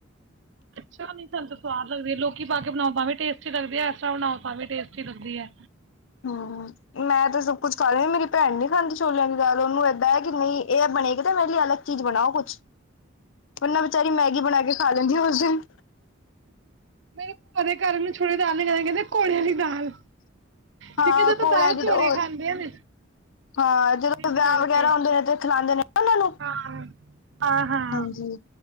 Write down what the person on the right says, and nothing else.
ਅੱਛਾ ਨੀ ਸਾਨੂੰ ਸਵਾਦ ਲੱਗਦੀ ਹੈ ਲੋਕੀ ਪਾ ਕੇ ਬਣਾਓ ਵੀ ਟੇਸਟੀ ਲਗਦੀ ਐਕ ਤਰਾਂ ਬਣਾਓ ਵੀ ਟੇਸਟੀ ਲੱਗਦੀ ਆ।
ਮੇਰੇ ਭੂਆ ਦੇ ਘਰ ਨ ਛੋਲਿਆ ਦੀ ਦਾਲ ਨ ਕਹਿੰਦੇ ਘੋੜੇ ਵਾਲੀ ਦਾਲ
ਕਿਉਂਕਿ ਇਹਦੇ ਤਾਂ
ਦਾਲ
ਘੋੜੇ ਖਾਂਦੇ ਆ ਨੇ
ਇਸ
ਕਰਕੇ
ਹਾਂ। ਆਹ ਹਾਂ